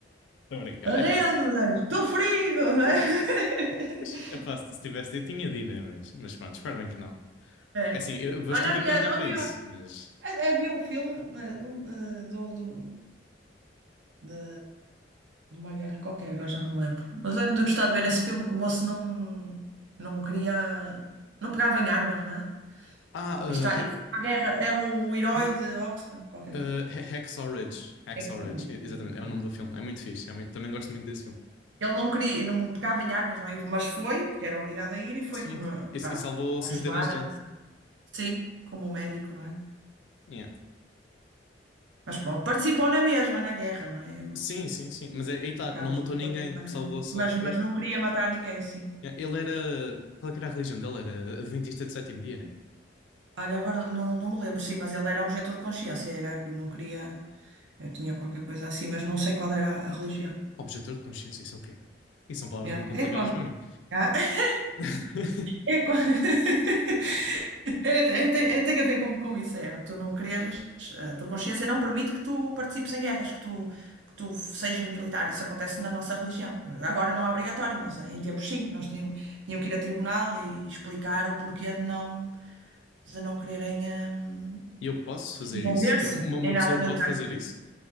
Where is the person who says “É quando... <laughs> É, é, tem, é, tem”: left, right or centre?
Right